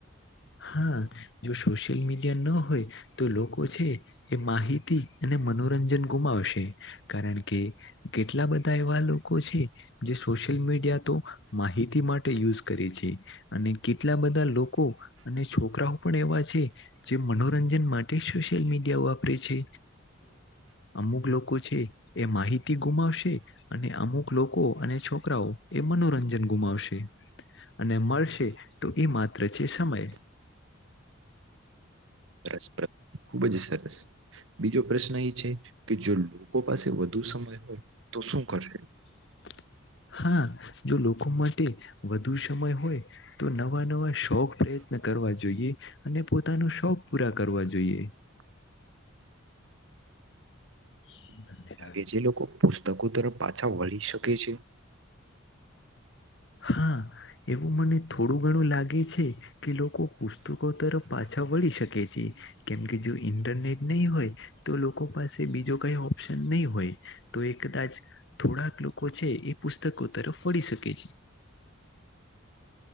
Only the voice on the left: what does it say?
હા જો સોશિયલ મીડિયા ના હોય, તો લોકો છે, એ માહિતી અને મનોર રંજન ગુમાવશે કારણ કે કેટલા બધા એવા લોકો છે, જે સોશિયલ મી માહિતી માટે યુઝ કરે છે, અને કેટલા બધા લોકો અને છોકરાઓ પણ એવા છે, જે મનોરંજન માટે સોશિયલ મીડિયા વાપરે છે. અમુક લોકો છે, એ માહિતી ગુમાવશે અને અમુક લોકો અને છોક છોકરાઓ એ મનોરંજન ગુમાવશે અને મળશે તો એ માત્ર છે, સમય
<inaudible> હા જો લોકો માટે વધુ સમય હોય તો નવા નવા શોખ પ્રયત ન કરવા જોઈએ અને પોતાનું શોખ પૂરા કરવા જોઈએ <inaudible>
હા. એવું મને થોડું ગણું લાગે છે, કે લોકો પુસ્તકો તરફ પાછા વળી શકે છે. કેમકે જો ઇન્ટરનેટ નહી હોય તો લોકો પાસે બીજો કઈ ઓપ્શન નહી હોય તો એ કદાચ થોડાક લોકો છે, એ પુસ્તકો તરફ વળી શકે છે.